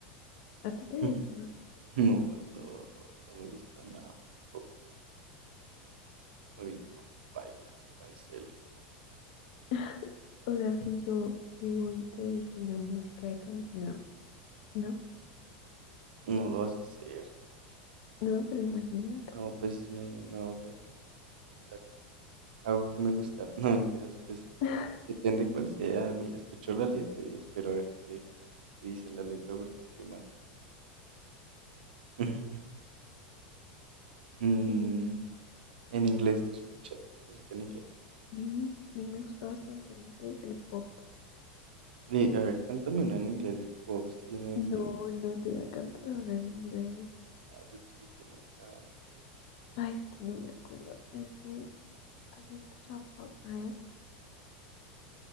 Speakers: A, on the left; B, on the right.
A: ¿A ti te
B: <laughs>
A: gusta?
B: No, no, no, no me gusta nada tampoco. Uy, no, baila, cancele.
A: <laughs> O sea, si yo llego y te digo una música de cantina, no,
B: No lo vas a hacer.
A: no, pero imagínatelo.
B: No, pues me, no, pues la hago que me gustara. <laughs> No, mentiras, pues
A: <laughs>
B: depende cuál sea. mi- Escucho la letra y espero a ver qué, qué dice la letra, porque qué más. <laughs> Mm,
A: Y,
B: En inglés, ¿tú escuchas música en inglés?
A: y sí, me gusta bastante en inglés el pop.
B: De, a ver, cántame una en inglés del pop, es que yo no identifico.
A: No, no te voy a cantar ahora en inglés.
B: Ay, yo quiero que me cantes.
A: Ay, es que no me acuerdo. Ese, ¿has escuchado a él?